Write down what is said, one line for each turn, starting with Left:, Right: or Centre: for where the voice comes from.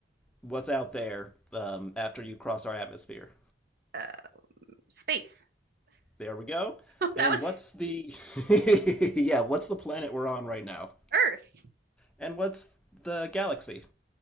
Centre: what's out there um, after you cross our atmosphere.
Right: Uh, space.
Centre: There we go.
Right: <laughs>
Centre: And
Right: That was
Centre: what's the <laughs> yeah? What's the planet we're on right now?
Right: Earth.
Centre: And what's the galaxy?